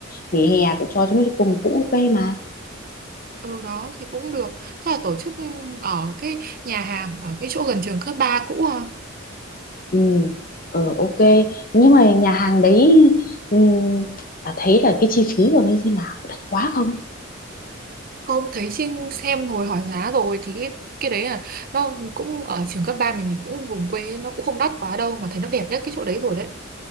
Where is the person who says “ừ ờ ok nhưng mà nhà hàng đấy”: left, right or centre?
Left